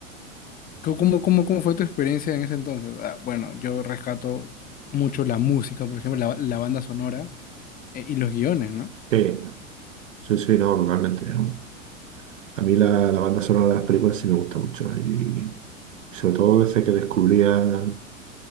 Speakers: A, on the left (about 20°); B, on the right (about 65°).
A: ¿Cómo, cómo, cómo cómo fue tu experiencia en ese entonces? Ah, bueno, yo rescato mucho la música, por ejemplo, la la banda sonora eh, y los guiones, ¿no?
B: sí, sí, sí, no, totalmente. ¿no? A mí la, la banda sonora de las películas sí me gusta mucho. Y sobre todo desde que descubría